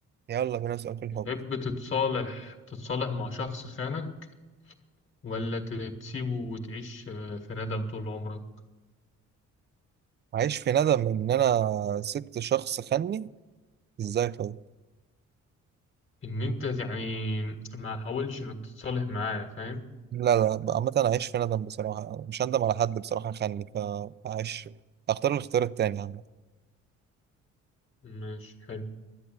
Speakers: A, on the right (about 35°); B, on the left (about 40°).
A: يلا بينا نسأل في الحب
B: تحب تتصالح تتصالح مع شخص خانك ولا ت- تسيبه وتعيش آه، في ندم طول عمرك
A: عايش في ندم إن أنا سبت شخص خني إزاي طيب؟
B: إن أنت يعني ما حاولش إنك تتصالح معاه فاهم
A: لا لا ب- عامة أنا عايش في ندم بصراحة مش هندم على حد بصراحة خني فعايش أختار الاختيار التاني عامة
B: ماشي حلو